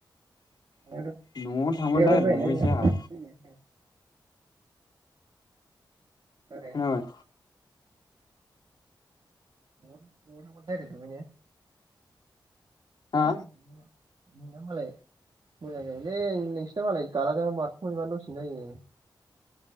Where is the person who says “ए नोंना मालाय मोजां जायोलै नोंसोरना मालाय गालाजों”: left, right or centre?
Right